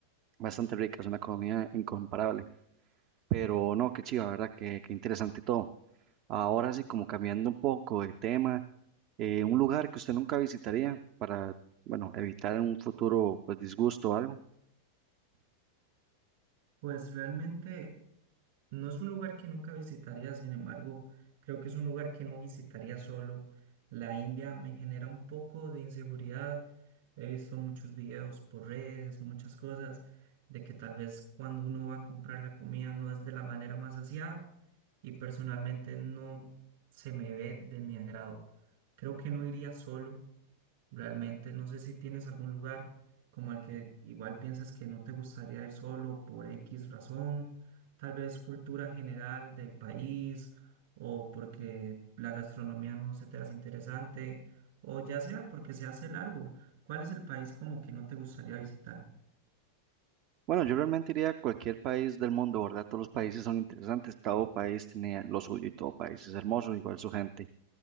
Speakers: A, on the right; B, on the right.
A: bastante rica, es una comida incomparable. Pero no, qué chiva, ¿verdad? Qué, qué interesante todo. Ahora sí, como cambiando un poco de tema, eh, un lugar que usted nunca visitaría para, bueno, evitar en un futuro, pues, disgusto o algo.
B: Pues realmente No es un lugar que nunca visitaría, sin embargo, creo que es un lugar que no visitaría solo. La India me genera un poco de inseguridad. He visto muchos videos por redes, muchas cosas, de que tal vez cuando uno va a comprar la comida no es de la manera más aseada y personalmente no se me ve de mi agrado. Creo que no iría solo. Realmente no sé si tienes algún lugar como al que igual piensas que no te gustaría ir solo por X razón, tal vez cultura general del país o porque la gastronomía no se te hace interesante o ya sea porque se hace largo. ¿Cuál es el país como que no te gustaría visitar?
A: Bueno, yo realmente iría a cualquier país del mundo, ¿verdad? Todos los países son interesantes, todo país tiene lo suyo y todo país es hermoso, igual su gente.